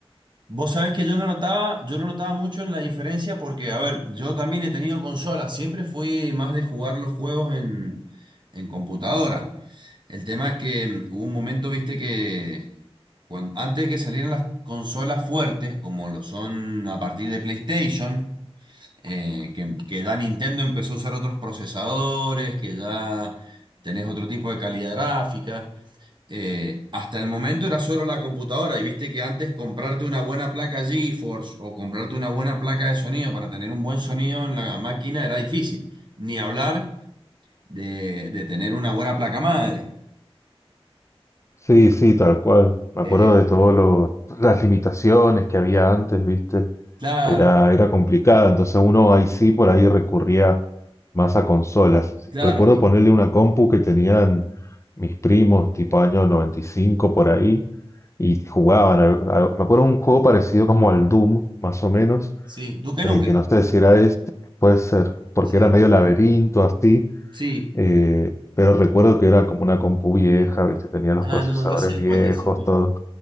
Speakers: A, on the right (about 50°); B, on the left (about 30°).
A: Vos sabés que yo lo notaba, yo lo notaba mucho en la diferencia porque, a ver, yo también he tenido consolas, siempre fui más de jugar los juegos en, en computadora. El tema es que mm, hubo un momento, viste, que cuan- antes de que salieran las consolas fuertes, como lo son a partir de PlayStation, eh, que, que ya Nintendo empezó a usar otros procesadores, que ya tenés otro tipo de calidad gráfica. eh, hasta el momento era solo la computadora y viste que antes comprarte una buena placa GeForce o comprarte una buena placa de sonido para tener un buen sonido en la máquina era difícil, ni hablar de, de tener una buena placa madre.
B: Sí, sí, tal cual. Me
A: Eh,
B: acuerdo de todas las limitaciones que había antes, ¿viste?
A: claro,
B: Era, era complicada. Entonces uno ahí sí por ahí recurría más a consolas.
A: claro,
B: Recuerdo
A: y-
B: ponerle una compu que tenían mis primos, tipo año 95 por ahí, y jugaban. al- a- me acuerdo un juego parecido como al Doom, más o menos,
A: sí, Duke
B: eh,
A: Nukem,
B: que no sé si era este, puede ser, porque
A: sí,
B: era medio laberinto así
A: sí.
B: eh, pero recuerdo que era como una compu vieja, ¿viste? Tenía los
A: Ah,
B: procesadores
A: no, ya sé
B: viejos,
A: cuál decís.
B: todo.